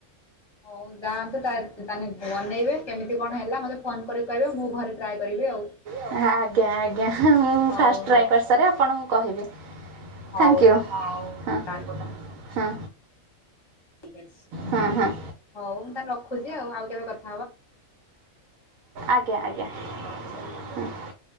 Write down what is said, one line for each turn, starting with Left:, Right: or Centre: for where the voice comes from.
Left: ହଉ ଯାଉନ୍ତୁ ତା ତାନେ ବ ନେଇବେ କେମିତି କଣ ହେଲା ମୋତେ ଫୋନ୍ କରି କହିବେ ମୁଁ ଘରେ ଟ୍ରାଏ କରିବି ଆଉ।
Right: ଆଉ। ଆଜ୍ଞା ଆଜ୍ଞା ମୁଁ ଫାଷ୍
Left: ହଉ
Right: ଟ୍ରାଏ
Left: ହଉ
Right: କରିସାରେ ଆପଣଙ୍କୁ କହିବି,
Left: ହଉ
Right: ଥ୍ୟାଙ୍କ୍ ୟୁ। ହଁ
Left: ତାହେଲେ
Right: ହଁ।
Left: ଠିକ୍ ଅଛି।
Right: ହଁ ହଁ।
Left: ହଉ ମୁଁ ତାନେ ରଖୁଚି ଆଉ ଆଉ କେବେ କ
Right: ଆଜ୍ଞା ଆଜ୍ଞା ହୁଁ।